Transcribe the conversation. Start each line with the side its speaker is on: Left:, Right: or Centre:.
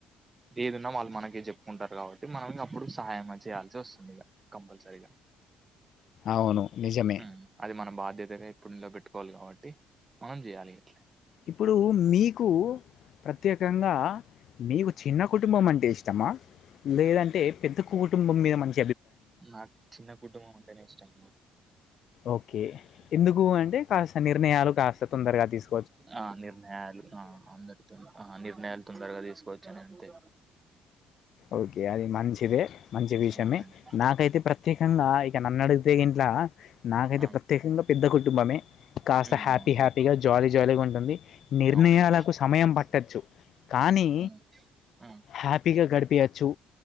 Right: ఏదన్నా వాళ్ళు మనకే చెప్పుకుంటారు కాబట్టి మనం అప్పుడు సహయం చేయాల్సి వస్తుంది ఇగ కంపల్సరీ రిగా
Left: అవును నిజమే
Right: ఉమ్ అది మన బాధ్యతగా ఎపుడు నిలువబెట్టు కోవాలి కాబట్టి మనం చేయాలి ఎట్ల
Left: ఇప్పుడు మీకు ప్రత్యేకంగా మీకు చిన్న కుటుంబం అంటే ఇష్టమా లేదంటే పెద్ద కుటుంబం మీద మని
Right: నాకు చిన్న కుటుంబం అంటేనే ఇష్టం
Left: ఓకే ఎందుకు అంటే కాస్త నిర్ణయాలు కాస్త తొందరగా తీసుకు
Right: ఆ నిర్ణయాలు ఆ అందరితోని ఆ నిర్ణయాలు తొందరగా తీసుకోవచ్చని అంతే
Left: ఓకే అది మంచిదే మంచి విషయమే
Right: అవునండి
Left: నాకైతే ప్రత్యేకంగా ఇక నన్నడిగితే ఇంట్ల నాకైతే
Right: ఆ
Left: ప్రత్యేకంగా పెద్ద కుటుంబమే కాస్త
Right: అవునండి
Left: హ్యాపీ హ్యాపీగా జాలీ జాలీగా ఉంటుంది నిర్ణయాలకు
Right: అవునండి అవును.
Left: సమయం పట్టచ్చు కానీ
Right: ఉమ్, ఆ,
Left: హ్యాపీగా గడిపే పేయచ్చు